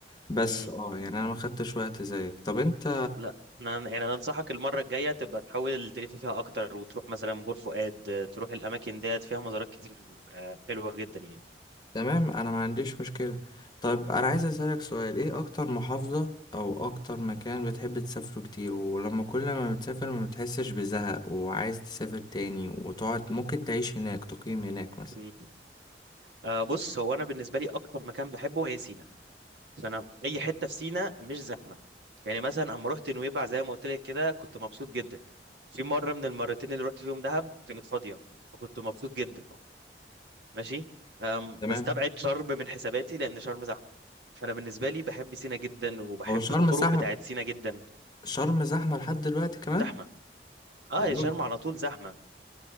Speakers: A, on the left (about 25°); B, on the right (about 75°).
A: بس
B: امم
A: اه يعني انا ما خدتش وقت زيك طب انت
B: لا انا يعني انا انصحك المره الجايه تبقى تحاول تلف فيها اكتر وتروح مثلا بور فؤاد آه، تروح الاماكن ديت فيها مزارات كتير آه، حلوه جدا يعني
A: تمام انا ما عنديش مشكلة طب انا عايز اسألك سؤال ايه اكتر محافظة او اكتر مكان بتحب تسافره كتير ولما كل ما بتسافر ما بتحسش بزهق وعايز تسافر تاني وتقعد ممكن تعيش هناك تقيم هناك مثلا
B: مم. آه بص هو انا بالنسبه لي اكتر مكان بحبه هي سينا فانا اي حته في سينا مش زحمه يعني مثلا اما رحت نويبع زي ما قلت لك كده كنت مبسوط جدا في مره من المرتين اللي رحت فيهم دهب كانت فاضيه فكنت مبسوط جدا ماشي آم،
A: تمام
B: بستبعد شرم من حساباتي لان شرم زحمه فانا بالنسبه لي بحب سينا جدا وبحب
A: هو شرم
B: الطرق
A: زحمة
B: بتاعت سينا جدا
A: شرم زحمة لحد دلوقتي كمان
B: زحمه اه
A: يا راجل.
B: يا شرم على طول زحمه